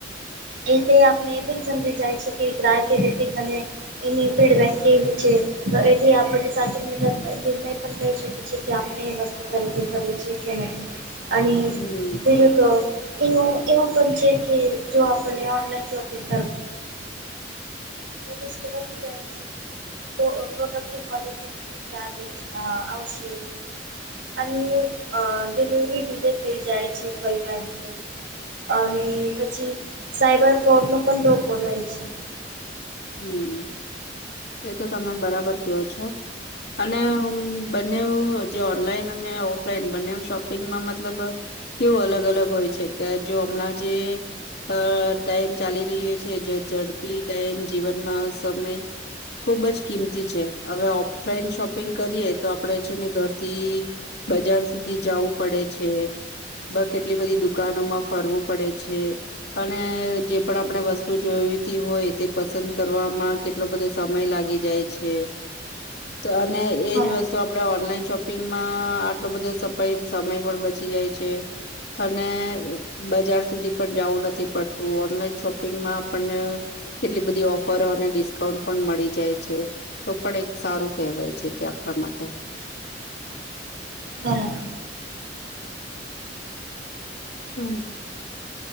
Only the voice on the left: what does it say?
હમ્મ,
હમ એ તો તમે બરાબર કયો છો અને હ બંને ઉ જે ઓનલાઈન અને ઓફલાઈન બંને ઉ શોપિંગમાં મતલબ કેવો અલગ અલગ હોય છે કે જો હમણાં જે અ ટાઈમ ચાલી રહ્યો છે જે ઝડપી ટાઈમ જીવનમાં સમય ખુબ જ કિંમતી છે હવે ઓફલાઈન શોપિંગ કરીએ, તો આપડે છે ને ઘરથી બજાર સુધી જવું પડે છે બ કેટલી બધી દુ દુકાનોમાં ફરવું પડે છે, અને જે પણ આપણે વસ્તુ જોઈતી હોય તે પસંદ કરવામાં કેટલો બધો સમય લાગી જાય છે અને એજ
વસ્તુ આપણે ઓનલાઈન શોપિંગમાં આટલો બધો સમય સમય પણ બચી જાય છે. અને બજાર સુધી પણ જવું નથી પડતું ઓનલાઈન શોપિંગમાં આપણને કેટલી બધી ઓફરો અને ડિસ્કાઉન્ટ પણ મળી જાય છે. તો પણ એક સારું કહેવાય છે તે આપણા માટે
હમ